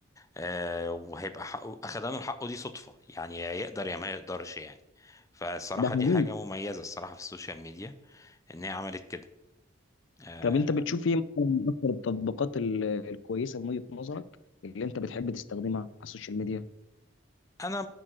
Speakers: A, on the left; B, on the left.
A: آه، وهيبقى حقه اخدانه حقه دي صدفه يعني يا يقدر يا ما يقدرش يعني فالصراحه
B: ده حقيقي
A: دي حاجه مميزه الصراحه في السوشيال ميديا ان هي عملت كده آه،
B: طب انت بتشوف ايه مثلاً من اكتر التطبيقات ال- الكويسه من وجهه نظرك اللي انت بتحب تستخدمها على السوشيال ميديا
A: انا